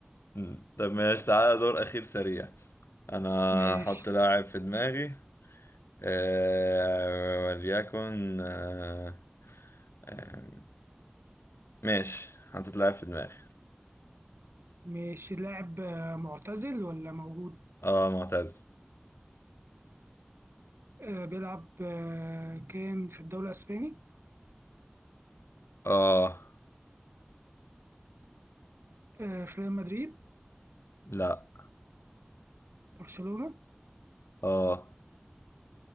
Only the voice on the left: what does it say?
مم. طب ماشي تعالى دور اخير سريع انا
هحط لاعب في دماغي آه، وليكن آه، آه، ماشي حطيت لاعب في دماغي
اه معتز
اه
لا
اه